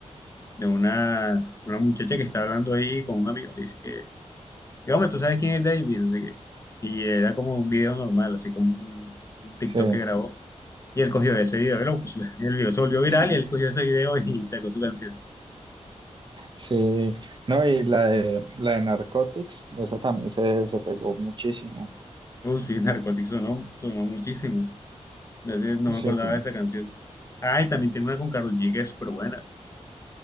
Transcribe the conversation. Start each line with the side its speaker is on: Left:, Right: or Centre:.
Left: de una, una muchacha que estaba hablando ahí con un amigo, le dice que, que, hombre, ¿tú sabes quién es David? No sé qué. Y era como un video normal, así como un un TikTok
Right: Sí.
Left: que grabó Y él cogió ese video, y lo puso- <laughs> el video se volvió viral
Right: <laughs>
Left: y él cogió ese video y sacó su canción.
Right: Sí. No, y la de, la de Narcotics, esa también se, se pegó muchísimo.
Left: Uh, sí, Narcotics sonó, sonó muchísimo. De ese- No me
Right: Sí.
Left: acordaba de esa canción. Ah, y también tiene una con Karol G que es súper buena.